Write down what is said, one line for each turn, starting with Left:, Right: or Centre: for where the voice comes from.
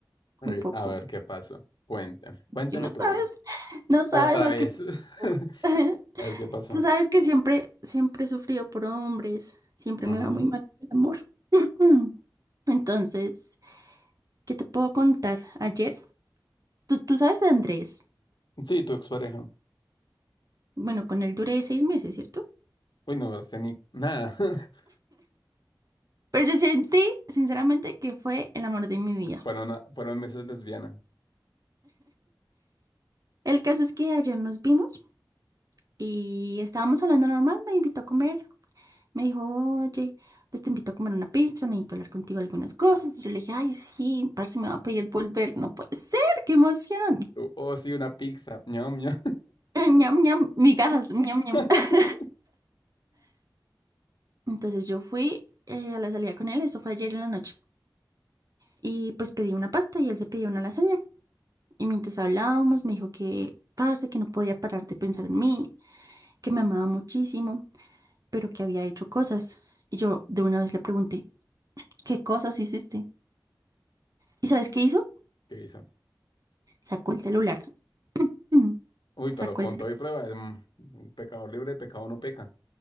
Left: a
Right: un
Left: ver,
Right: poco.
Left: a ver qué pasó, cuéntame, cuéntame
Right: Y no
Left: tu
Right: sabes,
Left: vida,
Right: no sabes
Left: otra
Right: lo
Left: vez,
Right: que...
Left: <laughs>
Right: <laughs>
Left: a ver qué pasó.
Right: Tú sabes que siempre, siempre he sufrido por hombres, siempre
Left: Ujú.
Right: me va muy mal el amor. <clears throat> Entonces, ¿qué te puedo contar? Ayer, tú, tú sabes de Andrés,
Left: Sí, tu expareja.
Right: bueno, con él duré seis meses, ¿cierto?
Left: Uy, no hablaste ni nada, <laughs>
Right: Pero yo sentí, sinceramente, que fue el amor de mi vida.
Left: fueron, a- fueron meses lesbiana.
Right: El caso es que ayer nos vimos y estábamos hablando normal, me invitó a comer, me dijo, oye, pues te invito a comer una pizza, necesito hablar contigo algunas cosas. Y yo le dije, ay, sí, parce, me va a pedir volver, no puede ser, qué emoción.
Left: Oh, oh, sí, una pizza, ñam, ñam.
Right: <laughs> Eh, ñam, ñam, migajas, ñam, ñam.
Left: <laughs>
Right: <laughs> Entonces yo fui eh, a la salida con él, eso fue ayer en la noche. Y pues pedí una pasta y él se pidió una lasaña. Y mientras hablábamos, me dijo que, parce, que no podía parar de pensar en mí, que me amaba muchísimo, pero que había hecho cosas. Y yo de una vez le pregunté, ¿qué cosas hiciste? ¿Y sabes qué hizo?
Left: ¿Qué hizo?
Right: Sacó el celular. <clears throat>
Left: Uy, pero
Right: Sacó
Left: con
Right: el, celu-
Left: todo y prueba, mm, pecador libre y pecado no peca.